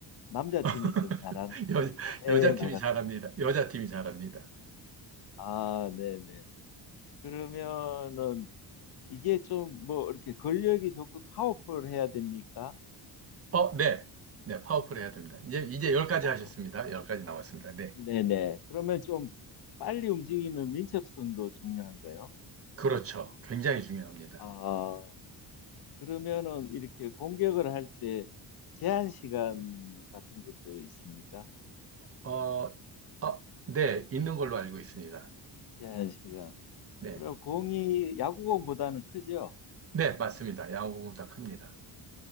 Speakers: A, on the left; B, on the right.
A: 남자
B: <laughs>
A: 팀이 좀 잘하는 편입니까?
B: 여,
A: 해외에
B: 여자
A: 나갔을
B: 팀이 잘합니다.
A: 때.
B: 여자 팀이 잘합니다.
A: 아, 네네. 그러면은 이게 좀 뭐 이렇게 근력이 좋고 파워풀해야 됩니까?
B: 어, 네. 네, 파워풀 해야 됩니다. 이제, 이제 10가지
A: 파워풀.
B: 하셨습니다. 10가지 남았습니다. 네.
A: 네네. 그러면 좀 빨리 움직이는 민첩성도 중요한가요?
B: 그렇죠. 굉장히 중요합니다.
A: 아, 그러면은 이렇게 공격을 할 때 제한 시간 같은 것도 있습니까?
B: 어, 어, 네. 있는 걸로 알고 있습니다.
A: 제한 시간.
B: 네.
A: 그럼 공이 야구공보다는 크죠?
B: 네, 맞습니다. 야구공보다 큽니다.